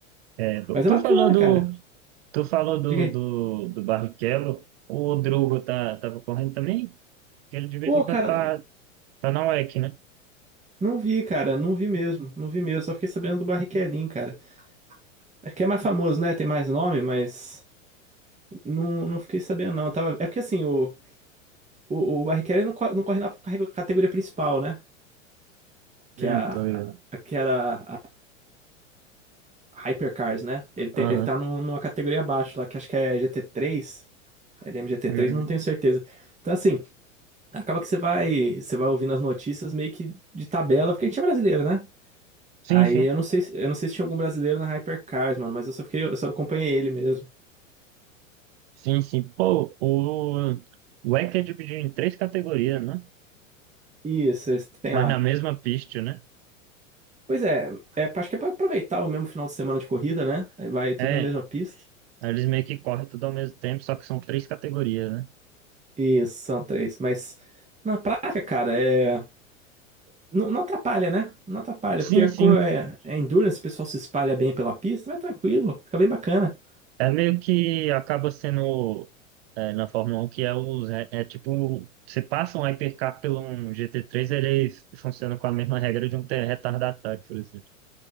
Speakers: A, on the right; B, on the right.
A: É,
B: Mas é
A: tu
B: bacana,
A: falou do.
B: cara.
A: Tu falou do,
B: Diga aí.
A: do, do Barrichello, o Drugo tá, tava correndo também? que ele de vez
B: Pô,
A: em
B: cara,
A: quando tá, tá na UEC, né?
B: Não vi, cara, não vi mesmo, não vi mesmo. Só fiquei sabendo do Barrichellinho, cara. Acho que é mais famoso, né? Tem mais nome, mas não, não fiquei sabendo, não. Tava... É porque assim, o, o, o Barrichello não, co- não corre na carrego- categoria principal, né? Que
A: Hum,
B: é a,
A: tô ligado.
B: a, que era a Hypercars, né? Ele, tem,
A: Aham.
B: ele tá num- numa categoria abaixo lá, que acho que é GT3, T três L M G T
A: Uhum.
B: três, não tenho certeza. Então, assim, acaba que você vai, você vai ouvindo as notícias meio que de tabela, porque a gente é brasileiro, né?
A: Sim,
B: Aí
A: sim.
B: eu não sei, se- eu não sei se tinha algum brasileiro na Hypercars, mano, mas eu só fiquei, eu só acompanhei ele mesmo.
A: Sim, sim. Pô, o, o ECA é dividido em três categorias, né?
B: Isso, esse tem
A: Mas
B: a.
A: na mesma pista, né?
B: Pois é, é, acho que é pra aproveitar o mesmo final de semana de corrida, né? Vai tudo
A: É,
B: na mesma pista.
A: eles meio que correm tudo ao mesmo tempo, só que são três categorias, né?
B: Isso, são três. Mas na prática, cara, é. Não, não atrapalha, né? Não atrapalha,
A: Sim,
B: porque
A: sim.
B: como é, é endurance, o pessoal se espalha bem pela pista, vai tranquilo, fica bem bacana.
A: É meio que acaba sendo é, na Fórmula 1 que é os é, é tipo você passa um hypercar pelo um GT3 ele funciona com a mesma regra de um ter- retardatário. por exemplo.